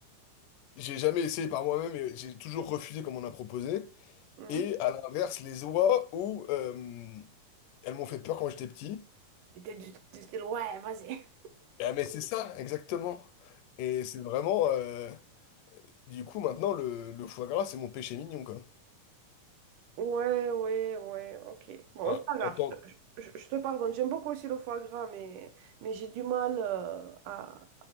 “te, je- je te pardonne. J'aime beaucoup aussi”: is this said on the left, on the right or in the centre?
Right